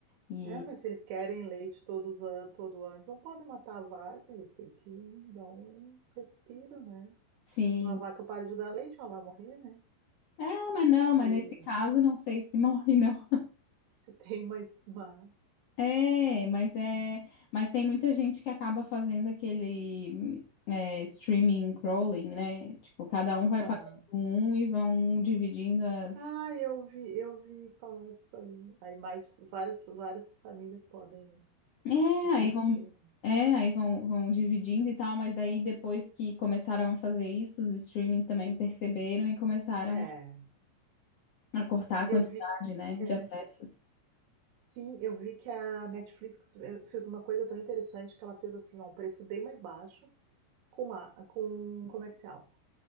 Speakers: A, on the left; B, on the right.
A: E
B: É, mas se eles querem leite todos an todo ano, não podem matar a vaca, eles têm que dar um respiro, né?
A: sim,
B: Uma vaca para de dar leite, ela vai morrer, né?
A: é, mas não, mas
B: E
A: nesse caso, não sei se <laughs> morre, não.
B: se <laughs> tem mais uma.
A: É, mas é, mas tem muita gente que acaba fazendo aquele é, streaming crawling, né? Tipo, cada um vai
B: Aham.
A: pagando um e vão dividindo as.
B: Ah, eu vi, eu vi falar disso aí. Aí mais várias, várias famílias podem
A: É,
B: assistir.
A: aí vão, é, aí vão, vão dividindo e tal, mas daí depois que começaram a fazer isso, os streamings também perceberam e começaram
B: É,
A: a cortar a
B: eu
A: quantidade,
B: vi.
A: né, de
B: É,
A: acessos.
B: sim, eu vi que a Netflix eh, fez uma coisa tão interessante que ela fez assim, ó, um preço bem mais baixo com a com um comercial.